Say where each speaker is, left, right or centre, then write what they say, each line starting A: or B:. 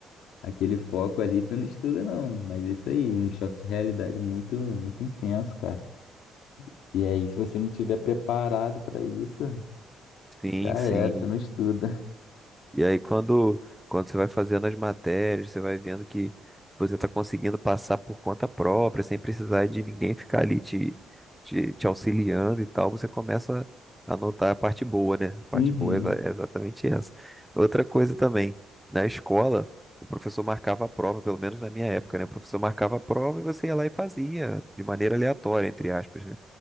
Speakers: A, on the left (about 80°); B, in the centre.
A: aquele foco ali, tu não estuda não. Mas é isso aí, um choque de realidade muito, muito intenso, cara. E aí, se você não tiver preparado para isso,
B: Sim,
A: já
B: sim.
A: era, você não estuda.
B: E aí, quando, quando você vai fazendo as matérias, você vai vendo que você está conseguindo passar por conta própria, sem precisar de ninguém ficar ali te, te, te auxiliando e tal, você começa a notar a parte boa, né? A parte
A: Uhum.
B: boa é exa- é exatamente essa. Outra coisa também, na escola, o professor marcava a prova, pelo menos na minha época, né? O professor marcava a prova e você ia lá e fazia, de maneira aleatória, entre aspas, né?